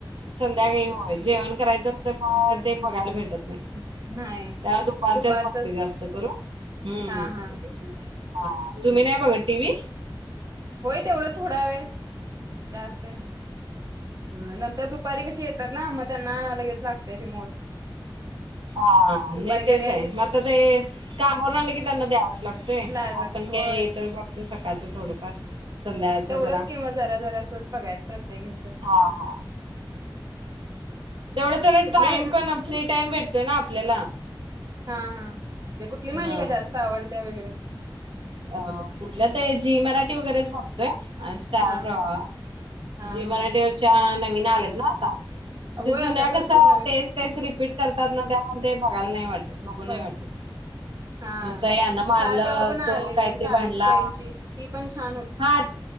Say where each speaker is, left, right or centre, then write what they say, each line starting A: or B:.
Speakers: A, on the right (about 80°); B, on the right (about 45°).
A: संध्याकाळी होय जेवण करायचं असतंय म
B: जे
A: ते बघायला भेटत नाही,
B: नाही
A: त्या दुपारच्याच
B: एक दुपारचंच
A: बघते जास्त करून हम्म.
B: हा हा
A: हा तुम्ही नाही बघत टी. व्ही?
B: होय तेवढं थोडा वेळ जास्त नाही हा नंतर दुपारी कशी येतात ना म त्यांना लगेच लागतंय रिमोट.
A: हा
B: दुपारी
A: नाही तेच
B: घरी आलीत
A: आहे म
B: की
A: आता ते कामावरून आलं की त्यांना द्यावाच लागतंय,
B: लाय लागते
A: आपण
B: होय
A: काय इतर बघतो सकाळचं थोडंफार, संध्याकाळचं
B: तेवढंच
A: जरा
B: किंवा जरा जरासच बघायचं प्रत्येक ह्याच
A: हा हा, तेवढंच जरा
B: कुठली
A: टाइम पण फ्री टाइम भेटतोय ना आपल्याला.
B: हा हा, म्हणजे कुठली
A: ह
B: मालिका जास्त आवडते वगैरे?
A: अ कुठल्या ते जी मराठी वगैरेच बघतोय. आणि स्टार
B: हा
A: प्रवाह
B: हा हा
A: जी मराठीवरच्या
B: हा
A: नवीन आलेत ना आता?
B: होय
A: ते जुन्या
B: आता भरपूर
A: कसं
B: नवे
A: तेच तेच रिपीट करतात ना त्यामुळं ते बघायला नाही वाट बघू नाही
B: बर
A: वाटत,
B: हा
A: नुसत यांन
B: स्टार
A: मारलं
B: प्रवाह पण आलेले
A: तो कायतरी
B: सावित्रीबाईंची
A: भांडला,
B: ती पण छान होती
A: हा